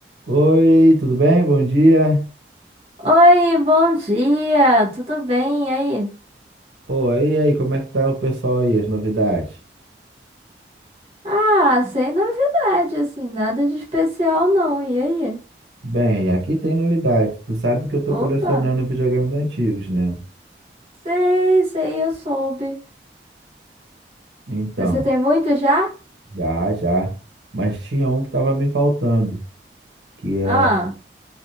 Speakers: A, on the right (about 85°); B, on the right (about 35°).
A: Oi, tudo bem? Bom dia.
B: Oi, bom dia, tudo bem? E aí?
A: Pô, e aí, como é que tá o pessoal aí, as novidades?
B: Ah, sem novidade, assim, nada de especial não. E aí?
A: Bem, aqui tem novidade. Tu sabe que eu tô colecionando
B: Opa,
A: videogames antigos, né?
B: sei, sei, eu soube.
A: Então,
B: Você tem muito já?
A: já, já. Mas tinha um que tava me faltando, que é,
B: Ah,